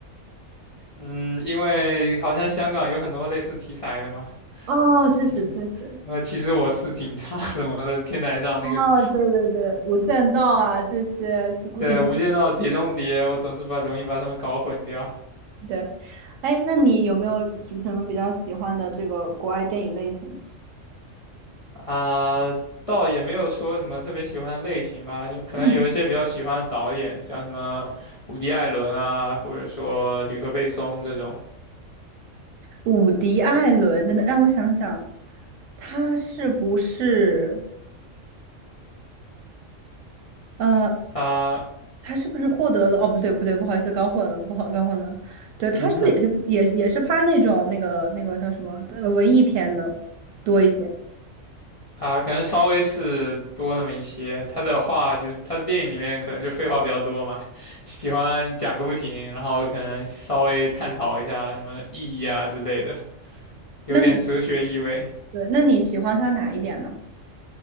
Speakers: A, on the left; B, on the right.
A: 嗯，因为好像香港有很多类似题材的嘛，
B: 哦，确实确实，
A: 嗯，那其实我是警察 <laughs> 什么的，<laughs> 天台上那个，
B: 哦，对对对，《无间道》啊，这些古井，
A: 对，《无间道》《碟中谍》，我总是把容易把他们搞混掉。
B: 对，哎，那你有没有什么什么比较喜欢的这个国外电影类型？
A: 啊，倒也没有说什么特别喜欢的类型吧，就可能有一些比较喜欢的导演，
B: 嗯，
A: 像什么伍迪·艾伦啊，或者说吕克·贝松这种，
B: 伍迪·艾伦，等等，让我想想，他是不是呃，
A: 他
B: 他是不是获得了？哦，不对，不对，不好意思，搞混了，不好，搞混了。对，
A: <laughs>
B: 他是不是也是也也是拍那种那个那个叫什么呃文艺片的多一些？
A: 啊，可能稍微是多那么一些。他的话就是他的电影里面可能就废话比较多嘛，<laughs> 喜欢讲个不停，然后可能稍微探讨一下什么意义啊之类的，有点哲学意味。
B: 那对，那你喜欢他哪一点呢？